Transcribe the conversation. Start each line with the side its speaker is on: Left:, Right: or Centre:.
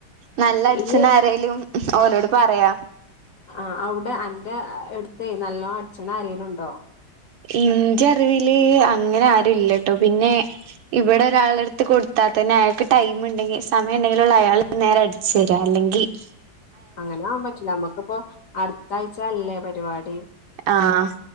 Right: നല്ല അടിച്ചന
Left: ഇയ്യ്
Right: ആരേലും ഓലോട് പറയാ.
Left: ആ അവിടെ അന്റെ എടുത്ത് നല്ലോ അഡ്ച്ച്ന ആരെലുണ്ടോ.
Right: ഇന്റെ അറിവില് അങ്ങനെ ആരുംല്ലട്ടോ പിന്നെ ഇവിടെ ഒരാള എടുത്ത് കൊടുത്താൽ തന്നെ അയാൾക്ക് ടൈം ഉണ്ടെങ്കിൽ സമയ ഉണ്ടെങ്കിലുള്ള അയാൾ നേരെ അടിച്ചു തരിക അല്ലെങ്കി <inaudible>
Left: അങ്ങനെ ആകൻ പറ്റില്ല നമ്മുക്കിപ്പോ അടുത്ത ആഴ്ചയല്ലേ പരിപാടി.
Right: ആഹ്.